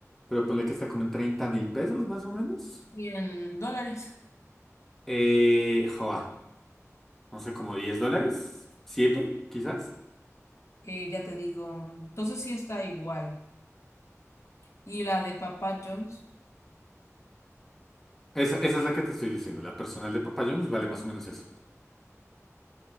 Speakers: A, in the centre; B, on the left.
A: Pero ponle que está como en treinta mil pesos más o menos.
B: cien dólares.
A: Eh, joa, no sé, como 10 dólares. siete, Quizás.
B: Eh, ya te digo. Entonces sí está igual. Y la de Papa John's,
A: Esa, esa es la que te estoy diciendo. La personal de Papa John's vale más o menos eso.